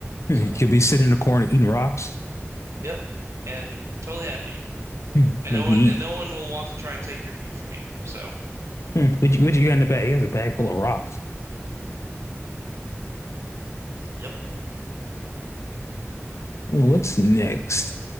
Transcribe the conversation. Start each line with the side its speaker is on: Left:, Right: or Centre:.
Left: You
Right: So,
Left: could be sitting in the corner eating rocks.
Right: yep, and totally happy,
Left: Mm.
Right: and
Left: <laughs> Like
Right: no
Left: you
Right: one
Left: eat.
Right: and no one will want to try and take your food from you. So,
Left: Mm. What you what you got in the bag? He has a bag full of rocks.
Right: yep,
Left: <laughs> What's next?